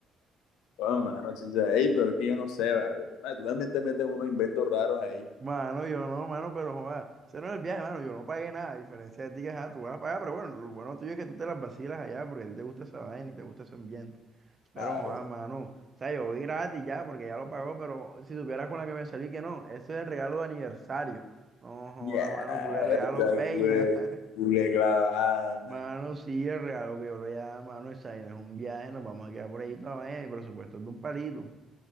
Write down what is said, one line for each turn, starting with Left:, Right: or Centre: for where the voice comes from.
Left: bueno, mano, sí, o sea, ey, pero es que yo no sé, vale, Mano, tú también te metes unos inventos raros ahí,
Right: Mano, yo no, mano, pero joda, ese no es el viaje, mano, yo no pagué nada, a diferencia de ti que ajá, tú vas a pagar, pero bueno, lo bueno tuyo es que tú te las vacilas allá porque a ti te gusta esa vaina y te gusta ese ambiente. Pero
Left: claro.
Right: joda, mano, o sea, yo voy gratis ya porque ya lo pagó, pero si supieras con la que me salí que no, eso es el regalo de aniversario. No joda,
Left: Mierda,
Right: mano, culé regalo pelle.
Left: güey,
Right: <laughs>
Left: culé clavada,
Right: Mano, sí, el regalo que yo le voy a dar, mano, esa vaina es un viaje, nos vamos a quedar por ahí toda la vaina y por supuesto es de un palito.